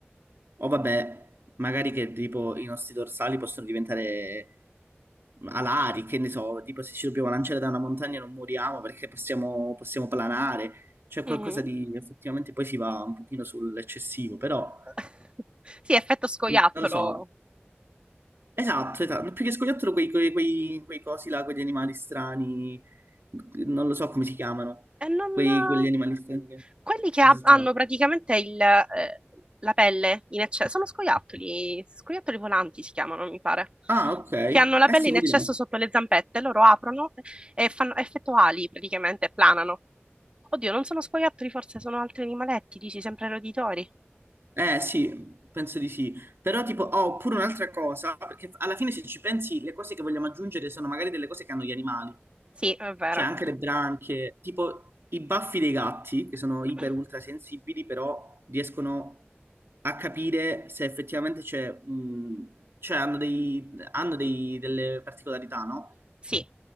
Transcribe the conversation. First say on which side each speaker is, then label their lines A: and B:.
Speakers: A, on the right; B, on the right.
A: O vabbè, magari che tipo i nostri dorsali possono diventare alari, che ne so, tipo se ci dobbiamo lanciare da una montagna non moriamo perché possiamo, possiamo planare, cioè qualcosa
B: Mhm.
A: di effettivamente poi si va un pochino sull'eccessivo, però
B: <laughs> Sì, effetto scoiattolo.
A: non lo so. Esatto, esatto, più che scoiattolo quei, quei, quei, quei cosi là, quegli animali strani, non lo so come si chiamano,
B: E non...
A: quei, quegli animali strani che...
B: Quelli
A: che
B: che ha-
A: si
B: hanno
A: trovano.
B: praticamente il, eh, la pelle in eccesso, sono scoiattoli, scoiattoli volanti si chiamano, mi pare,
A: Ah, ok, eh
B: che hanno la pelle
A: sì,
B: in
A: quelli
B: eccesso
A: là.
B: sotto le zampette, loro aprono e fanno effetto ali praticamente, planano. Oddio, non sono scoiattoli, forse sono altri animaletti, dici sempre roditori.
A: Eh sì, penso di sì. Però tipo, oh, oppure un'altra cosa, perché alla fine se ci pensi, le cose che vogliamo aggiungere sono magari delle cose che hanno gli animali,
B: Sì, è vero.
A: cioè anche le branchie, tipo i baffi dei gatti, che sono
B: <clears throat>
A: iper ultra sensibili, però riescono a capire se effettivamente c'è, mh, cioè hanno dei, hanno dei- delle particolarità, no?
B: Sì,